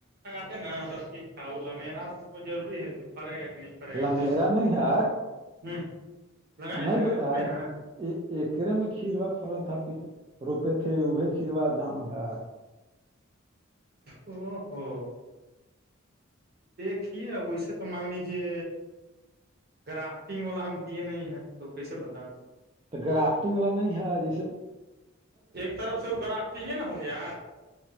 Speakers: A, on the right; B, on the right.
A: نہ تو ٹیک تھا وہ ل میرا تو کوئی روری ہے کہ پڑے گا کہ نہیں فرے
B: متل
A: گا تو
B: میرا نہیں ہے
A: ہ لگائے
B: نہیں
A: ہیں
B: بتایا
A: روپے ہیں
B: کہ ایکرے میں کھیر ہوا فرل تھا پیھے روپے تھے اے چروا جامل ہے
A: او ہو دیکھیے اب ویسے تو مان لیجیے گرافٹنگ والا ہم کیے نہیں ہیں تو کیسے بتائیں
B: تو گرافٹنگ ل نہیں ہے جیسے
A: ایک طرف سے وہ گرافٹنگے نا ہو گیا